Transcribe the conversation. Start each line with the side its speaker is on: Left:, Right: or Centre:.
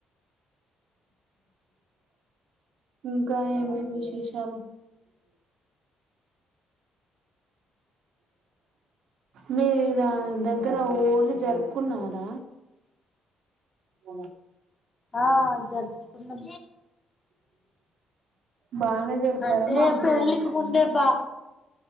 Right: ఇంకా ఏంటి విశేషాలు. మీ దాని దగ్గరా హాలీ జరుపుకున్నారా? అ
Left: ఆ జరుపుకున్నాం
Right: బానే జరిపారా
Left: అంటే
Right: మామూలుగానా
Left: పెళ్ళికి ముందే బా